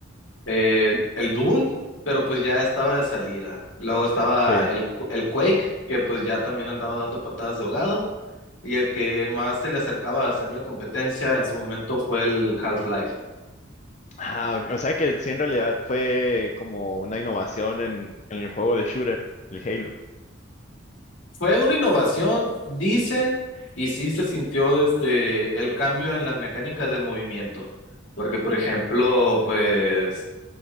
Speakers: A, on the left; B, on the left.
A: eh, el Doom, pero pues ya estaba de salida. Luego estaba
B: Sí.
A: el, Qu- el Quake, que pues ya también andaba dando patadas de ahogado. Y el que más se le acercaba a hacerle competencia en su momento fue el Half-Life.
B: Ah, o sea que sí, en realidad fue como una innovación en, en el juego de shooter, el Halo.
A: Fue una innovación, dicen, y sí se sintió desde el cambio en las mecánicas de movimiento. Porque, por ejemplo, pues